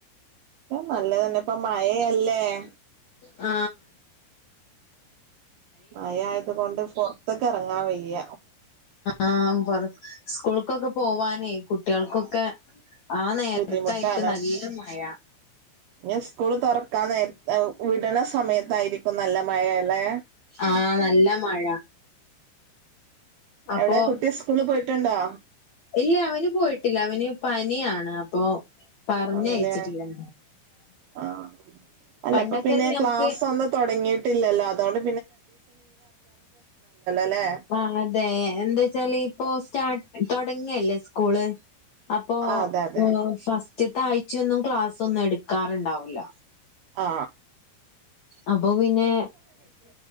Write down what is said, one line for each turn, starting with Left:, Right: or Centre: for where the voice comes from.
Right: നല്ലതന്നെ ഇപ്പൊ മഴയല്ലേ <unintelligible>
Left: ആ
Right: മയ ആയതു കൊണ്ടു പുറത്തക്ക് എറങ്ങാ വയ്യ
Left: ആ പുറ സ്കൂൾക്കൊക്കെ പോവാനേ കുട്ടികൾക്കൊക്കെ ആ നേരത്തായിരിക്കും
Right: ബുദ്ധിമുട്ടാണ്
Left: നല്ല മഴ
Right: ന്ന സ്കൂൾ തുറക്കാൻ നേരത്തേ വിടണ സമയത്തായിരിക്കും നല്ല മഴയല്ലേ
Left: ആ നല്ല മഴ അപ്പൊ
Right: എവിടെ കുട്ടി സ്കൂളി പോയി ട്ടുണ്ടോ
Left: ഇല്ല അവന് പോയിട്ടില്ല അവന് പനിയാണ് അപ്പൊ പറഞ്ഞയച്ചിട്ടില്ല
Right: ആണല്ലേ ആ അല്ല
Left: പണ്ടൊക്കെ
Right: അപ്പൊ പിന്നെ
Left: നമുക്ക്
Right: ക്ലാസ് ഒന്ന് തുടങ്ങിട്ട് ല്ലോ അതോൊണ്ട് അല്ലെ
Left: ആ അതെ എന്താ വച്ചാല് ഇപ്പോ സ്റ്റാർ തൊടങ്ങല്ലേ സ്കൂൾ അപ്പൊ
Right: ആഹ് അതെ അതെ
Left: ഇത്തിരി ആഴ്ചയൊന്നും ക്ലാസ് ഒന്നും എടുക്കാറുണ്ടാവില്ല
Right: ആ
Left: അപ്പൊ പിന്നെ